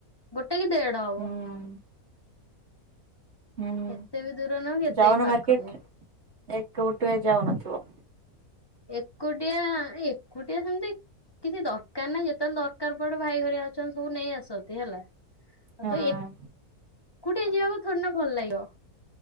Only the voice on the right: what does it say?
ହୁଁ ହୁଁ
ଯାଉନ
ମାର୍କେଟ
ଏକୁଟିଆ ଯାଉନଥିବ।
ହଁ।